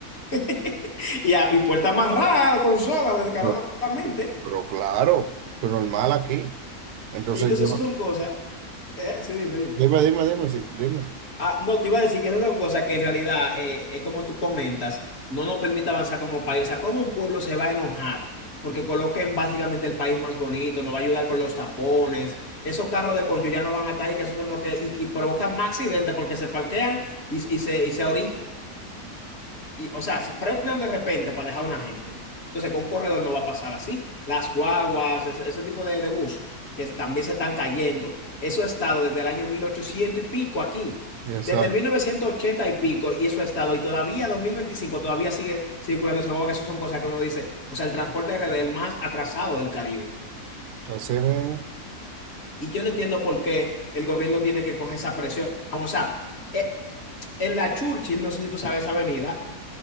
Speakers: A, on the left (about 45°); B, on the right (about 85°).
A: <laughs> Y, a- y puerta amarrada con soga descaradamente.
B: No. Pero claro, es normal aquí. Entonces
A: Y entonces
B: yo,
A: eso son cosas. eh, sí, dime, dime.
B: dime, dime, dime, sí, dime.
A: Ah, no, te iba a decir que esas son cosas que en realidad, eh, eh, como tú comentas, no nos permite avanzar como país. O sea, ¿cómo un pueblo se va a enojar? Porque coloquen básicamente el país más bonito, nos va a ayudar con los tapones. Esos carros de concho ya no van a estar ahí, que esos son los que, y, que provocan más accidentes porque se parquean y, y se, y se orillan y, o sea, se frenan de repente para dejar a una gente. Entonces, con un corredor no va a pasar así. Las guaguas, ese, ese tipo de, de bus que también se están cayendo, eso ha estado desde el año 1800 y pico aquí,
B: Esa,
A: desde 1980 y pico, y eso ha estado, y todavía 2025 todavía sigue circulando esa guagua, que eso son cosas que uno dice, o sea, el transporte RD es el más atrasado del Caribe.
B: así mismo.
A: Y yo no entiendo por qué el gobierno tiene que coger esa presión. O sea, eh, en la Churchill, no sé si tú sabes esa avenida,